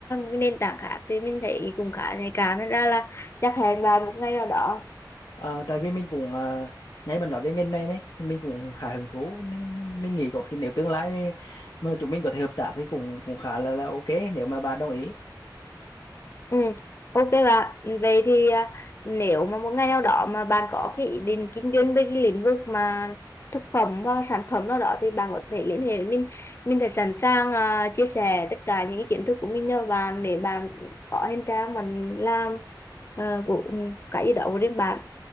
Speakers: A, on the left; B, on the left.
A: cái nền tảng khác thì mình thấy cũng khá nhạy cảm nên ra là chắc hẹn vào một ngày nào đó
B: Ờ, tại vì mình cũng ờ, ngay bạn nói về ngành này đấy, mình cũng khá hứng thú nên mình nghĩ có khi nếu tương lai mà chúng mình có thể hợp tác thì cũng cũng khá là là ok nếu mà bạn đồng ý.
A: Ừ, ok bạn. Vậy thì à, nếu mà một ngày nào đó mà bạn có cái ý định kinh doanh về cái lĩnh vực mà thực phẩm và sản phẩm nào đó thì bạn có thể liên hệ với mình. Mình sẽ sẵn sàng à, chia sẻ tất cả những cái kiến thức của mình cho bạn để bạn có thêm trang mình làm uh, của ừ, cái gì đó của riêng bạn.